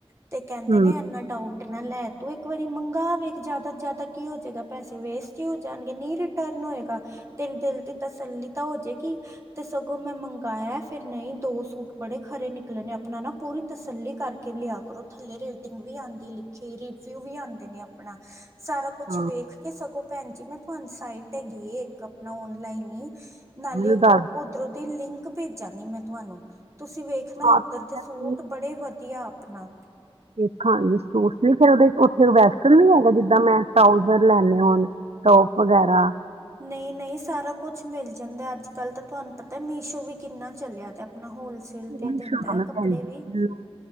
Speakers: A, on the right; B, on the right.
A: ਤੇ ਕਹਿੰਦੇ
B: ਹੂੰ,
A: ਨੇ ਏੰਨਾ ਡਾਊਟ ਟ ਨਾ ਲੈ ਤੂੰ ਇੱਕ ਵਾਰੀ ਮੰਗਾ ਵੇਖ ਜ਼ਿਆਦਾ, ਜਿਆਦਾ ਕੀ ਹੋ ਜਾਏਗਾ ਪੈਸੇ ਵੇਸਟ ਹੀ ਹੋ ਜਾਣਗੇ ਨੀ ਰੀਟ ਟਰਨ ਹੋਏਗਾ ਤੇਰੇ ਦਿਲ ਦੀ ਤਸੱਲੀ ਤਾਂ ਹੋ ਜੇਗੀ ਤੇ ਸਗੋਂ ਮੈਂ ਮੰਗਾਇਆ ਫੇਰ ਨਹੀਂ ਦੋ ਸੂਟ ਬੜੇ ਖਰੇ ਨਿਕਲੇ ਨੇ ਆਪਣਾ ਨਾ ਪੂਰੀ ਤਸੱਲੀ ਕਰਕੇ ਲਿਆ ਕਰੋ ਥੱਲੇ ਰੇਟਿੰਗ ਵੀ ਆੰਦੀ ਲਿ ਕਿ ਰਿਵਿਊ ਵੀ ਆਉਂਦੇ ਨੇ ਆਪਣਾ ਸਾਰਾ ਕੁਛ
B: ਹਾਂ
A: ਵੇਖ ਕੇ ਸਗੋਂ ਭੈਣ ਜੀ ਮੈਂ ਤੁਹਾਨੂੰ ਸਾਈਟ ਭੇਜੀ ਏ ਇੱਕ ਆਪਣਾ ਓਨਲਾਈਨ ਏ ਨਾਲੇ
B: ਮੈਨੂੰ ਦੱਸ
A: ਔਹ ਦੀ, ਲਿੰਕ ਭੇਜਾਂਗੀ ਮੈਂ ਤੁਹਾਨੂੰ ਤੁਸੀਂ ਵੇਖ ਦੇਖਣਾ
B: ਦਿਓ। ਹਾਂ
A: ਉਧਰ
B: ਤੁਸੀਂ
A: ਦੇ
B: ਮੈਨੂੰ
A: ਸੂਟ ਬੜੇ ਵਧੀਆ ਆਪਣਾ
B: ਦੇਖਾਂਗੇ ਸੂਟਸ ਨ ਫੇਰ ਉਹਦੇ ਔਥੇ ਵੈਸਟਰਨ ਵੀ ਹੈਗਾ ਜਿੱਦਾਂ ਮੈਂ ਟਰਾਊਜ਼ਰ ਲੈਂਣੇ ਹੋਣ ਟੋਪ ਵਗੈਰਾ
A: ਨਹੀਂ, ਨਹੀਂ ਸਾਰਾ ਕੁਛ ਮਿਲ ਜਾਂਦਾ ਅੱਜ -ਕੱਲ੍ਹ ਤਾਂ ਤੁਹਾਨੂੰ ਪਤਾ ਮੀਸ਼ੋ ਵੀ ਕਿੰਨਾ ਚੱਲਿਆ ਤੇ ਆਪਣਾ ਹੋਲਸੇਲ ਤੇ
B: ਮੀਸ਼ੋ
A: ਦਿੰਦਾ
B: ਤੋਂ
A: ਹੈ
B: ਨਾ
A: ਕੱਪੜੇ
B: ਭੈਣ ਜੀ
A: ਵੀ
B: ਮੈਨੂੰ